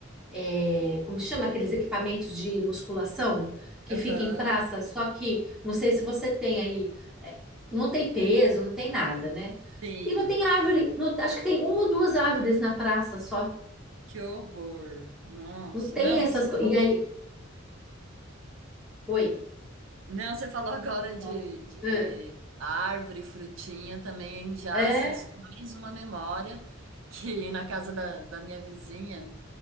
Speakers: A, in the centre; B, on the right.
A: é, como chama aqueles equipamentos de musculação que fica
B: Aham.
A: em praça. Só que não sei se você tem aí, é, não tem peso, não tem nada, né?
B: Sim.
A: E não tem árvore, não- acho que tem uma ou duas árvores na praça só.
B: Que horror. Nossa.
A: Não tem
B: Não,
A: essas
B: você
A: coisas.
B: falou,
A: E aí, oi.
B: não, você falou agora de,
A: Pode.
B: de
A: Ah,
B: árvore, frutinha, também já
A: É,
B: acessou mais uma memória que na casa da, da minha vizinha,